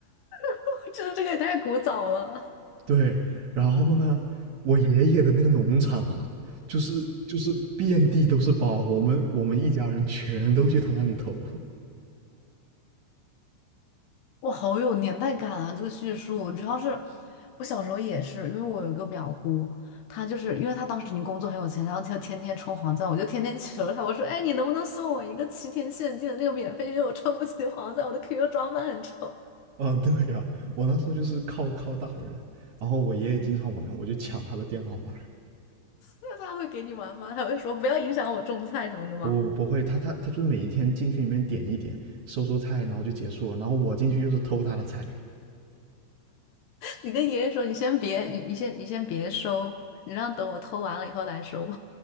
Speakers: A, on the left; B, on the right.
A: <laughs> 这这个也太古早了。
B: 对，然后呢，我爷爷的那个农场啊，就是就是遍地都是包，我们我们一家人全都去他那里投。<laughs>
A: 哇，好有年代感啊！这个叙述，主要是我小时候也是，因为我有一个表姑，她就是因为她当时已经工作很有钱，然后她就天天充黄钻，我就天天求她，我说：“哎，你能不能送我一个七天限定的那个免费？因为我充不起黄钻，我的 QQ 装扮很丑。<laughs>”
B: 啊，对呀，我那时候就是靠靠大人，然后我爷爷经常玩，我就抢他的电脑玩。
A: 那她会给你玩吗？她会说不要影响我种菜什么的吗？
B: 不不会，他他他就每一天进去里面点一点，收收菜，然后就结束了。然后我进去就是偷他的菜。
A: 你跟爷爷说，你先别，你你先你先别收，你让等我偷完了以后来收。